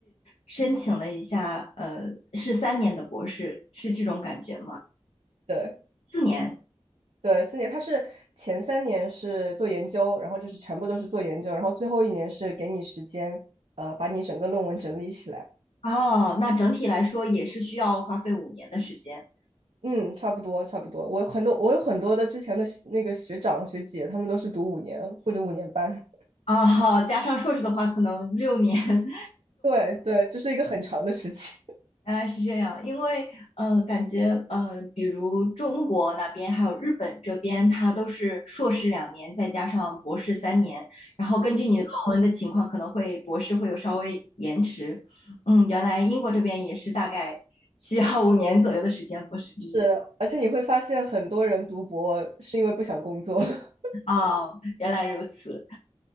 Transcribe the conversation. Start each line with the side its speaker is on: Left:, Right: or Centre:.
Left: 申请了一下，呃，是三年的博士，是这种感觉吗？
Right: 对。
Left: 四年。
Right: 对，四年，他是前三年是做研究，然后就是全部都是做研究，然后最后一年是给你时间，呃，把你整个论文整理起来。
Left: 哦，那整体来说也是需要花费五年的时间。
Right: 嗯，差不多，差不多。我很多，我有很多的之前的学那个学长学姐，他们都是读五年或者五年半。
Left: 啊，加上硕士的话，可能六年，
Right: <laughs> 对对，这是一个很长的时期。
Left: 原来是这样，因为呃，感觉呃，比如中国那边还有日本这边，它都是硕士两年，再加上博士三年，然后根据你的论文的情况，可能会博士会有稍微延迟。嗯，原来英国这边也是大概需要五年左右的时间博士毕业。
Right: <laughs> 是，而且你会发现很多人读博是因为不想工作。<laughs>
Left: 哦，原来如此。